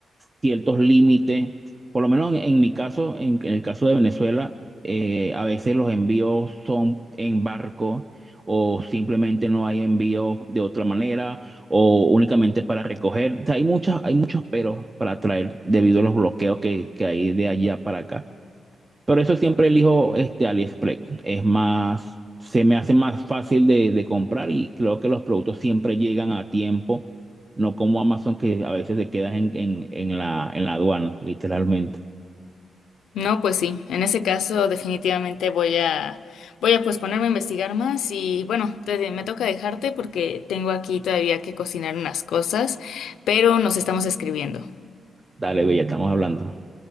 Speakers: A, on the right; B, on the left.
A: ciertos límites. Por lo menos en, en mi caso, en, en el caso de Venezuela, eh, a veces los envíos son en barco o simplemente no hay envío de otra manera o únicamente para recoger. O sea, hay muchas, hay muchos peros para traer debido a los bloqueos que, que hay de allá para acá. Pero eso siempre elijo este AliExpress. Es más, se me hace más fácil de, de comprar y creo que los productos siempre llegan a tiempo, no como Amazon que a veces te quedas en, en, en la, en la aduana, literalmente.
B: No, pues sí, en ese caso definitivamente voy a voy a pues ponerme a investigar más y bueno, te- me toca dejarte porque tengo aquí todavía que cocinar unas cosas, pero nos estamos escribiendo.
A: Dale, Bella, estamos hablando.